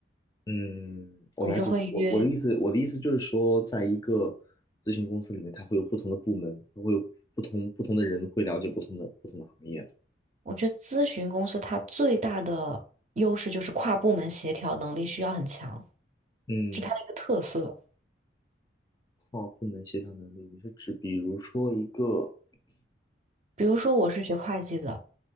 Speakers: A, on the left; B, on the right.
A: 嗯，我了解。
B: 我就会约。
A: 我我的意思，我的意思就是说，在一个咨询公司里面，它会有不同的部门，它会有不同不同的人会了解不同的不同的行业。
B: 我觉得咨询公司它最大的优势就是跨部门协调能力需要很强，
A: 嗯，
B: 是它的一个特色。
A: 跨部门协调能力，你是指比如说一个，
B: 比如说我是学会计的，